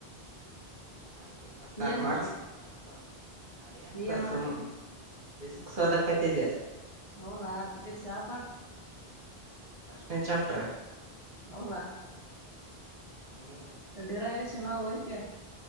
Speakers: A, on the right; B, on the left.
A: ಆಯ್ತು ಇಪ್ಪತ್ನಾಲ್ಕು
B: ನೀ ಏನ್ ಮಾಡಕೈತಿ
A: ಮಾರ್ಕ್ಸ್ ತಗೊಂಡ್ರೆ ಪಾಸ್ ಏನಿಲ್ಲ
B: ನೀ ಏನ್ ಮಾಡಕೈತಿ
A: ಸುಮ್ ಪಿಜಿ ಸೋದಕ್ಕತಿದ
B: ನೌಲಾ ಫಿಜಿಕ್ಸ್ ಯಾವ ಪಾಠ
A: ಪ್ರಶನೆ ಚಾಪ್ಟರ್
B: ಹೌದ
A: ಹ್ಮ್
B: ರೆಡ್ಡಿ ರಾಗ ಶಿವನಗ ವ ಕ